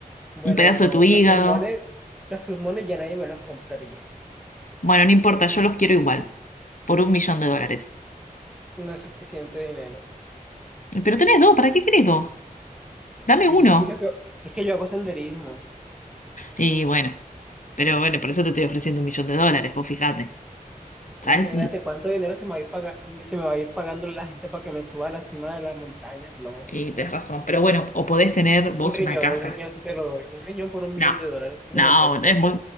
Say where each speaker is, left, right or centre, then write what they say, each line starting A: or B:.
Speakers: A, in the centre; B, on the left (about 60°).
A: bueno,
B: un pedazo
A: no,
B: de tu hígado.
A: los pulmones, los pulmones ya nadie me los compraría.
B: Bueno, no importa, yo los quiero igual, por un millón de dólares.
A: No es suficiente dinero.
B: Pero tenés dos, ¿para qué querés dos? Dame
A: Sí,
B: uno.
A: lo que, es que yo hago senderismo.
B: Y bueno, pero bueno, por eso te estoy ofreciendo un millón de dólares, vos fijate. ¿Sabes?
A: Imagínate cuánto dinero se me va a ir, paga- se me va a ir pagando la gente para que me suba a la cima de las montañas. No.
B: Y tenés razón, pero bueno, o podés tener vos
A: Un
B: una
A: riñón,
B: casa.
A: un riñón sí te lo doy. Un riñón por un millón
B: No,
A: de dólares, sí
B: no,
A: me lo acepto.
B: no es muy...